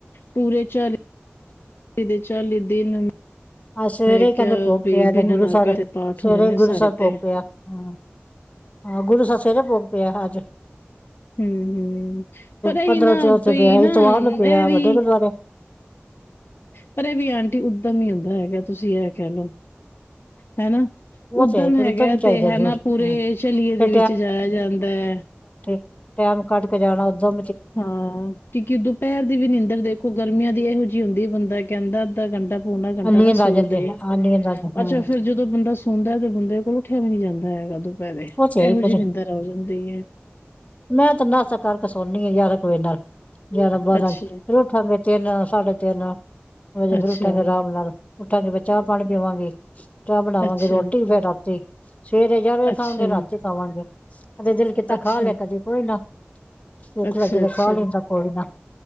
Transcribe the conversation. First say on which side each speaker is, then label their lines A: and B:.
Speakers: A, on the left; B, on the left.
A: ਪੂਰੇ ਚਾਲੀ ਦੇ ਚਾਲੀ ਦਿਨ
B: ਹਾਂ ਸਵੇਰੇ
A: ਮੈਂ
B: ਹੀ ਕਹਿੰਦੇ
A: ਕਿਹਾ
B: ਭੋਗ
A: ਵੀ
B: ਪਿਆ ਤੇ
A: ਬਿਨ
B: ਗੁਰੂਸਰ
A: ਨਾਗਾ ਦੇ ਪਾਠ
B: ਸਵੇਰੇ
A: ਹੁੰਦੇ ਨੇ
B: ਹੀ ਗੁਰੂਸਰ
A: ਸਾਡੇ ਤੇ
B: ਭੋਗ ਪਿਆ। ਹਮ ਹਾਂ ਗੁਰੂ <inaudible> ਪਿਆ ਆਜ
A: ਹੂੰ, ਹੂੰ ਪਰ ਏਨਾ
B: ਪੰਦਰਾਂ ਤੇ ਉੱਥੇ
A: ਬਈ
B: ਪਿਆ
A: ਨਾ
B: ਇਤਵਾਰ ਨੂੰ ਪਿਆ
A: ਇਹ ਵੀ
B: ਵੱਡੇ ਗੁਰਦੁਆਰੇ
A: ਪਰ ਇਹ ਵੀ ਆਂਟੀ ਉੱਦਮ ਹੀ ਹੁੰਦਾ। ਹੈਗਾ ਤੇ ਤੁਸੀਂ ਐਹ ਕਹਿ ਲਓ। ਹੈਨਾ।
B: ਉਹ
A: ਉਧਮ
B: ਤੇ ਹੈ ਫਿਰ
A: ਹੈਗਾ
B: ਉਧਰ ਵੀ ਚਾਹੀਦਾ
A: ਤੇ ਹੈ
B: ਜ਼ਰੂਰ
A: ਨਾ। ਪੂਰੇ
B: ਹਮ
A: ਛਲੀਏ
B: ਤੇ
A: ਦੇ ਵਿੱਚ ਜਾਇਆ ਜਾਂਦਾ ਐ।
B: ਟਾਈਮ ਕੱਢ ਕੇ ਜਾਣਾ ਓਦੋਂ
A: ਹਾਂ ਕਿਉਕਿ ਦੁਪੈਰ ਦੀ ਵੀ ਨੀਂਦਰ ਦੇਖੋ ਗਰਮੀਆਂ ਦੀ ਇਹੋ ਜਿਹੀ ਹੁੰਦੀ ਐ ਬੰ ਦਾ ਕਹਿੰਦਾ ਅੱਧਾ ਘੰਟਾ ਪੋਨਾ ਘੰਟਾ
B: ਹਮ ਨੀਂਦ
A: ਨਾ
B: ਆ
A: ਸੋ
B: ਜਾਂਦੀ
A: ਲਏ।
B: ਆ ਨੀਂਦ ਆ ਜਾਂਦੀ
A: ਅੱਛਾ
B: ਹਮ
A: ਫਿਰ ਜਦੋਂ ਬੰਦਾ ਸੌਦਾ ਤੇ ਬੰਦੇ ਕੋਲ ਉੱਠਿਆ ਵੀ ਨੀ ਜਾਂਦਾ ਹੈਗਾ। <inaudible>
B: ਉਹ ਤੇ ਹੈ
A: ਇਹੋ
B: ਈ
A: ਜਿਹੀ
B: ਫਿਰ,
A: ਨਿੰਦਰ ਹੋ ਜਾਂਦੀ ਹੈ
B: ਮੈਂ ਤੇ ਨਾਸਤਾ ਕਰਕੇ ਸੋਨੀ ਆ ਯਾਰ ਹੋਏ ਨਾਲ ਯਾਰਾ ਬਾਰਾਂ
A: ਅੱਛਾ,
B: ਫਿਰ ਓਠਾਂਗੇ। ਤਿੰਨ ਸਾਢੇ ਤਿੰਨ ਹਜੇ
A: ਅੱਛਾ।
B: ਫਿਰ ਉੱਠਾਂਗੇ ਆਰਾਮ ਨਾਲ। ਉੱਠਾਂਗੇ ਫੇਰ ਚਾਅ ਪਾਣੀ ਪਿਵਾਂਗੀ। ਚਾਹ ਬਣਾਵਾਂਗੇ,
A: ਅੱਛਾ,
B: ਰੋਟੀ ਫੇਰ ਰਾਤੀ। ਸਵੇਰ ਯਾਰਾ
A: ਅੱਛਾ,
B: ਖਾਂਗੇ ਰਾਤੀ ਖਾਂਵਾਗੇ। ਹਾਂ <unintelligible> ਕਦੇ ਦਿਲ ਕੀਤਾ
A: ਅੱਛਾ,
B: ਖਾ ਲਿਆ, ਕਦੇ ਕੋਈ ਨਾ। ਭੂਖ
A: ਅੱਛਾ,
B: ਲੱਗੇ ਤਾ
A: ਅੱਛਾ।
B: ਖਾ ਲਈ, ਨ ਤੇ ਕੋਈ ਨਾ।